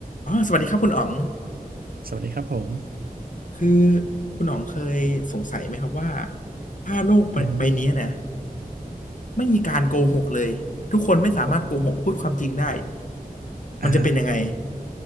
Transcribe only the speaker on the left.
อ๋อสวัสดีครับคุณอ๋อง
คือคุณอ๋องเคยสงสัยไหมครับว่าถ้าโลกใบใบนี้นะ
ไม่มีการโกหกเลยทุกคนไม่สามารถโกหกพูดความจริงได้
มันจะเป็นยังไง